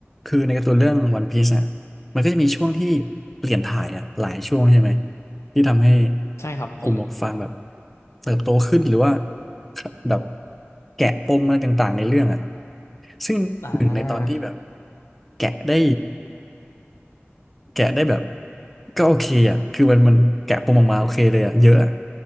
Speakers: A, in the centre; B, on the left (about 85°).
A: คือในการ์ตูนเรื่องวันพีซอ่ะมันก็จะมีช่วงที่เปลี่ยนถ่ายอ่ะหลายช่วงใช่ไหมที่ทำให้
B: ใช่ครับผม
A: กลุ่มหมวกฟางแบบเติบโตขึ้นหรือว่าแบบแกะปมอะไรต่างๆในเรื่องอ่ะซึ่งหนึ่งในตอนที่แบบ
B: อ่า
A: แกะได้แกะได้แบบก็โอเคอ่ะคือมันมันแกะปมออกมาโอเคเลยอ่ะเยอะอะ